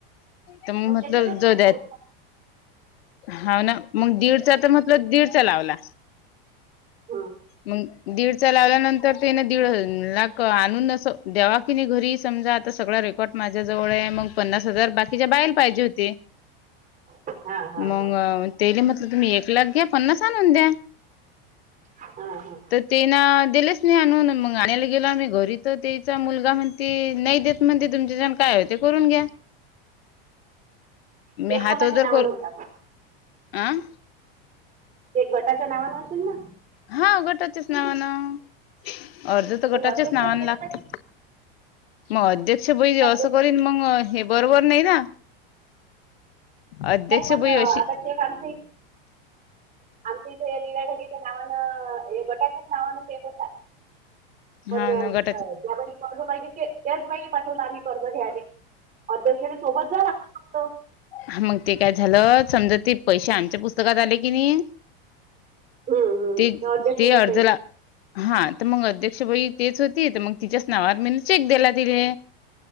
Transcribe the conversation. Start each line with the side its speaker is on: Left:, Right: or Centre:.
Left: तर मग म्हटलं
Right: त्याच्यातच
Left: जाऊ द्या
Right: काय
Left: हा ना मग दीडचा तर म्हटलं दीड च लावला
Right: हं.
Left: मग दीडचा लावल्यानंतर त्याने दीड लाख आणूनच अस द्यावा घरी समजा आता सगळा रेकॉर्ड माझ्या जवळ आहे मग पन्नास हजार बाकी हिच्या बाई ला पाहिजे होती
Right: हां हां
Left: मग
Right: हां
Left: ते म्हटलं तुम्ही एक लाख घ्या पन्नास आणून द्या
Right: हा हा
Left: तर तेना दिलेच नाही आणून मग आणायला गेलो आम्ही घरी तर तेचा मुलगा म्हण ते नाही देत म्हणते ते तुमचाच्यान काय होते ते करून घ्या मी
Right: चेक
Left: हात
Right: कोणाच्या
Left: जर
Right: नावानं
Left: कर
Right: होता पण
Left: अं
Right: ते गटाच्या नावान अशेल ना
Left: हा गटाच्याच नावानं अर्ज तर
Right: मग
Left: गटाच्याच
Right: अध्यक्ष
Left: नावानं
Right: गेला
Left: लागतं
Right: पाहिजे
Left: मग अध्यक्ष बई असं
Right: अध्यक्ष
Left: करीन मग हे बरोबर नाही ना अध्यक्ष
Right: नाही पण
Left: बाई
Right: आता
Left: अशी
Right: चेक आमचे आमच्या इथं या राढकीेच्या नावानं हे गटाच्याच नावानं चेक होता
Left: <inaudible>
Right: पण
Left: हा
Right: ज्या
Left: ना गटाचे
Right: बाईला कर्ज पाहिजे त्याच बाईला पाठवलं आम्ही कर्ज घ्याले अध्यक्षांनी सोबत जावे लागतं फक्त
Left: हा मग ते काय झालं समजा ते पैसे आमच्या पुस्तकात आले की नाही
Right: हम्म हम्म
Left: ते
Right: त्या अध्यक्षाच्या
Left: ते अर्ध
Right: सही.
Left: ला हा तर मग अध्यक्ष बई तेच होती तर मग तिच्याच नावावर मी चेक दिला दिेले